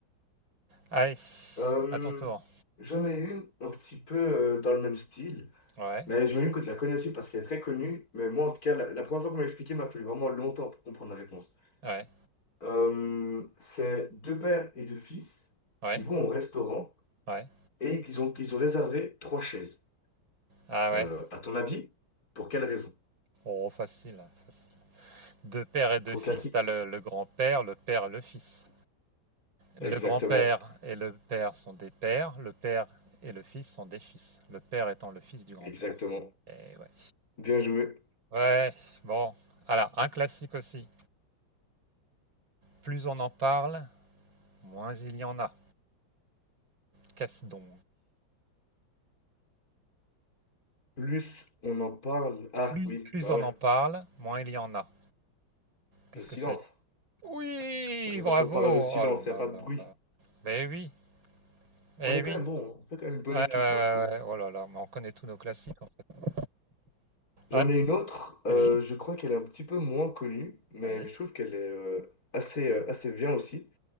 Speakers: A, on the right; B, on the left.
A: Allez,
B: Euh,
A: à ton tour.
B: j'en ai une un petit peu euh, dans le même style,
A: Ouais,
B: mais j'imagine que tu la connais aussi parce qu'elle est très connue. Mais moi, en tout cas, la, la première fois qu'on m'a expliqué, il m'a fallu vraiment longtemps pour comprendre la réponse.
A: ouais,
B: Euh, c'est deux pères et deux fils
A: ouais,
B: qui vont au restaurant
A: ouais.
B: et qu'ils ont, qu'ils ont réservé trois chaises.
A: Ah ouais?
B: Euh, à ton avis, pour quelle raison?
A: Oh, facile, hein, facile. Deux pères et deux
B: Trop
A: fils.
B: classique.
A: T'as le, le grand-père, le père et le fils. Le
B: Exactement,
A: grand-père et le père sont des pères. Le père et le fils sont des fils. Le père étant le fils du grand-père.
B: exactement.
A: Et ouais.
B: Bien joué.
A: Ouais, bon. Alors, un classique aussi. Plus on en parle, moins il y en a. Qu'est-ce donc?
B: Plus on en parle. Ah
A: Plus,
B: oui,
A: plus
B: bah
A: on
B: ouais,
A: en parle, moins il y en a. Qu'est-ce
B: le silence.
A: que c'est? Oui,
B: Parce que quand
A: bravo!
B: on parle
A: Oh
B: de silence,
A: là
B: il n'y a pas
A: là
B: de bruit.
A: là. Ben oui, eh
B: On est
A: oui.
B: quand même bon, on fait quand même une bonne
A: Ouais,
B: équipe,
A: ouais, ouais,
B: moi je trouve.
A: ouais. Oh là là, mais on connaît tous nos classiques en fait.
B: J'en
A: Ouais,
B: ai une autre, euh,
A: oui,
B: je crois qu'elle est un petit peu moins connue, mais
A: oui,
B: je trouve qu'elle est euh, assez, euh, assez bien aussi.